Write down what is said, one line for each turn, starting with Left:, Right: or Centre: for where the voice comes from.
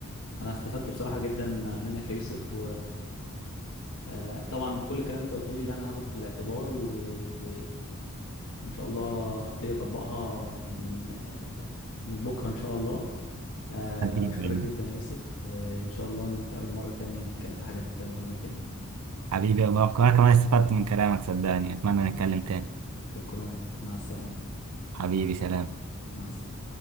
Left: انا استفدت بصراحة جدا منك يا يوسف آه، طبعا كل الكلام اللي انت قلته لي ده انا هاخده في الاعتبار و... و... وان شاء الله ابتدي اطبقها من آه، من بكره ان شاء الله آه،
Right: حبيبي
Left: واشكرك جدا يا يوسف وان شاء الله نتقابل مره تانية ونتكلم في حاجات مهمه تاني
Right: حبيبي يا مروان كمان كمان استفدت من كلامك صدقني اتمنى نتكلم تاني
Left: شكرا مع السلامه
Right: حبيبي سلام
Left: مع السلامه